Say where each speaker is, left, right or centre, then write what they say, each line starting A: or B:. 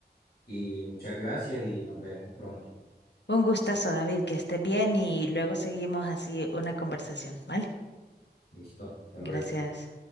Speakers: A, on the left; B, on the left.
A: Y muchas gracias y nos veremos pronto.
B: Un gustazo, David, que estés bien y luego seguimos así una conversación, ¿vale?
A: Listo, hasta luego.
B: Gracias.